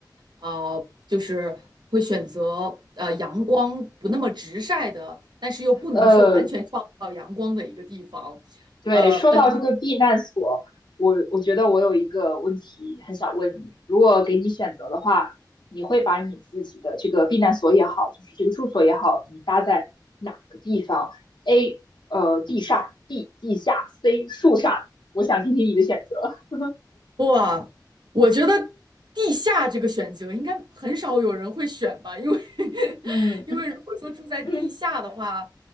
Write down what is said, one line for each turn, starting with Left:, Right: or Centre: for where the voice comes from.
Right: 呃，就是会选择呃阳光不那么直晒的，但是又不能说完全照不到阳光的一个地方。
Left: 呃。对，
Right: 呃嗯。
Left: 说到这个避难所，
Right: 呃
Left: 我我觉得我有一个问题很想问你，如果给你选择的话，你会把你自己的这个避难所也好，就是这个住所也好，你搭在哪个地方？A，呃，地上；B，地下；C，树上。我想听听你的选择。
Right: 哇，我觉得地下这个选择应该很少有人会选吧，因为 <laughs>
Left: 嗯嗯
Right: 因为如果说住在地下的话，
Left: 嗯